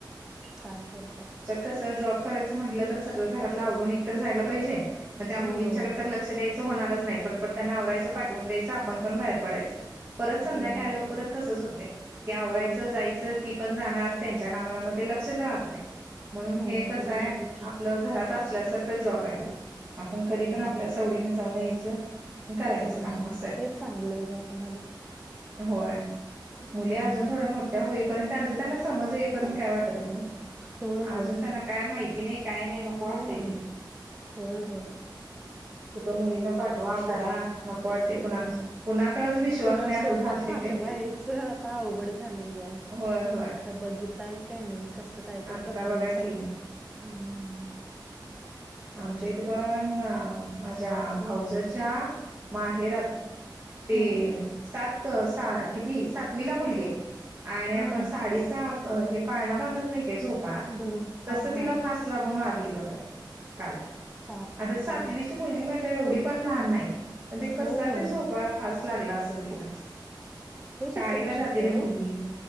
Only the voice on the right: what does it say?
कस जॅब करायचा म्हटल तर सगळं घरातलं आवरून एक तर जायला पाहिजे त्या
मुलीच्या कड तर लक्ष द्याय तसं होणारच नाय पट पट त्यांना आवरायचं पाठवून द्याचं आपण पण बाहेर पडायच. परत संध्याकाळ
आल्यावर परत तसंच होतय की आवरायचं
जायचं ती पन जाणार त्यांच्या कामाला म ते लक्षच राहात नाय म्हणून हे
कस
आय
आपलं घारात तासल्यासारख जॉब आय. आपण
कधी पण आपल्या सवडीन जाऊन यायचं करायचं
काम असं आहे
होय
मुली अजून थोड्या मोठ्या होईपर्यंत त्यांच त्यांना समज येईपर्यंत काय वाटत नाय ओ
अजून त्यांना काय माहिती नाई काय नाई नको
वाटतय ते.
कुठं मुलींना पाठवा करा. नको वाटते
कुणा कुणाकडेच विश्वास
नाही असं
झालंय
ते
होय होय
आता
बघा
की
आमच्या इथ पण माझ्या भाऊजच्या माहेरात ते
सात सा किती सातवी ला मुलगी आय. आणि
आपण साडीचा हे पाळणा बांधत नाय काय झोप पाळा
तस
तिला फास लागून वारली बघा ती. काल
आता
सातवीची
मुलगी म्हटलं एवढी पण लहान नाय. पण ते कस
ते
झोप पाळा फास लागला असल तिला.
शाळेला
जातेली
मुलगी